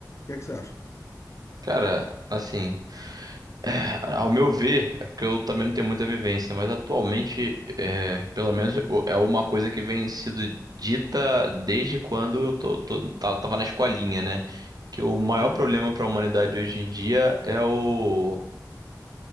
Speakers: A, on the left; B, on the right.
A: que é que você acha?
B: Cara, assim, é, ao meu ver, é porque eu também não tenho muita vivência, mas atualmente, é, pelo menos o- é uma coisa que vem sido dita desde quando eu tô, tô- tá- tava na escolinha, né? Que o maior
A: Uhum,
B: problema para a humanidade hoje em dia é o,